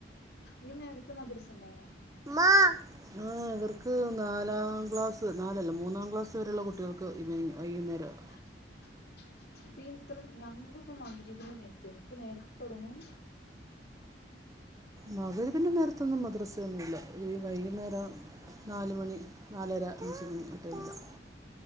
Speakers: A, on the left; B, on the right.
A: ഈ നേരത്ത് മദ്രസ ഉണ്ടോ
B: ആ ഇവർക്ക് നാലാം ക്ലാസ്സ് നാലല്ല മൂന്നാം ക്ലാസ് വരെയുള്ള കുട്ടികൾക്ക് വൈകുന്നേരം
A: ഉ അപ്പ ഇത്ര ഞങ്ങൾക്കൊക്കെ നേരത്തെ ഇപ്പൊ നേരത്തെ തുടങ്ങും
B: മകന് പിന്നെ നേരത്തെ ഒന്നും മദ്രസയൊന്നു മില്ല ഈ വൈകുന്നേരം നാലുമണി നാലര അഞ്ച് മണി ആട്ടെ സമയം